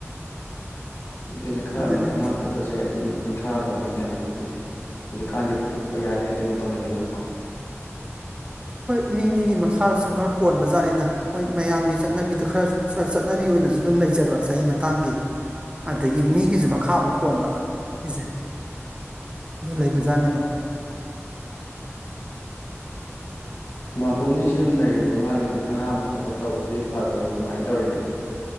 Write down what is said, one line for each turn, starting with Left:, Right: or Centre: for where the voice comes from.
Left: ꯑꯗꯨꯅꯦ ꯈꯔ
Right: ꯑꯗꯨꯅꯤ
Left: ꯑꯃꯗꯤ ꯑꯉꯥꯡ ꯄꯣꯛꯄꯁꯦ ꯑꯗꯨꯝ ꯀꯨꯟꯊ꯭ꯔꯥꯒꯨꯝꯕ ꯍꯦꯟꯕ ꯈꯣꯠꯄꯗꯤ ꯍꯨꯖꯤꯛꯀꯥꯟꯗꯤ ꯄꯣꯛꯄ ꯌꯥꯏ ꯌꯗꯦ ꯌꯥꯝ ꯇꯧꯅꯩꯗꯅꯀꯣ
Right: ꯍꯣꯏ ꯃꯤ ꯃꯤꯒꯤ ꯃꯈꯥꯁꯨ ꯈꯔ ꯄꯣꯟꯕꯖꯥꯠꯅꯤꯗ ꯍꯣꯏ ꯃꯌꯥꯝꯒꯤ ꯆꯠꯅꯕꯤꯗ ꯈꯔꯁꯨ ꯆꯠꯅꯕꯤ ꯑꯣꯏꯅꯁꯨ ꯑꯗꯨꯝ ꯂꯩꯖꯕ ꯆꯍꯤ ꯃꯇꯥꯡꯒꯤ ꯑꯗꯒꯤ ꯃꯤꯒꯤꯖꯨ ꯃꯈꯥ ꯑꯃꯨꯛ ꯄꯣꯟꯕ ꯁꯤꯖꯦ ꯑꯗꯨ ꯂꯩꯕ ꯖꯥꯠꯅꯦꯕ
Left: ꯃꯥꯕꯣꯝꯗꯤ ꯁꯤꯗꯥ ꯑꯗꯨꯝ ꯂꯩꯔꯤꯕ ꯃꯥꯒꯤ ꯑꯅꯥꯕ ꯈꯣꯠꯄ ꯇꯧꯕꯗꯤ ꯐꯈ꯭ꯔꯕ ꯀꯃꯥꯏꯅ ꯇꯧꯔꯤꯒꯦ